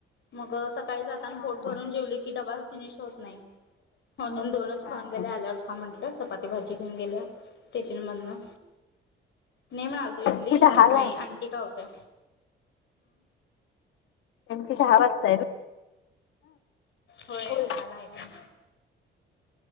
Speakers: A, on the left; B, on the left.
A: मग सकाळी जाताना
B: हा
A: पोट भरून जेवले की डबा फिनिश होत नाही म्हणून दोनच
B: हा
A: खाऊन गेल्या आल्यावर खा म्हटलं चपाती भाजी घेऊन गेल्या टिफिन मधन नाही म्हणाल तो इडली
B: त्यांची दहा
A: नाही
B: ला
A: आणंटी का होत्या
B: त्यांची घहा वाजताय
A: होय
B: स्कूल
A: दहा राहिले